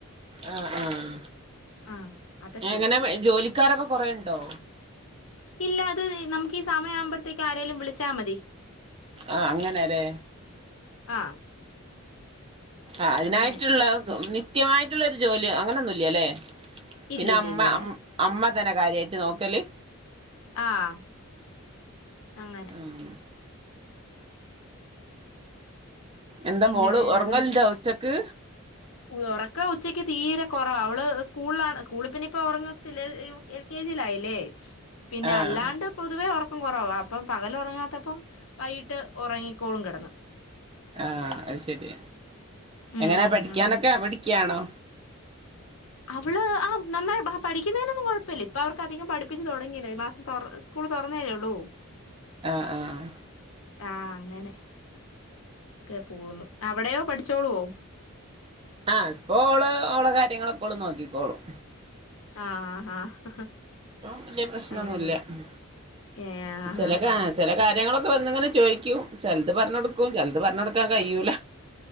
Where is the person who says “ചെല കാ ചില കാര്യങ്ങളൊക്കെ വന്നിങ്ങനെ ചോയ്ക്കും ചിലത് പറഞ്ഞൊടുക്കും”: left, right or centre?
Right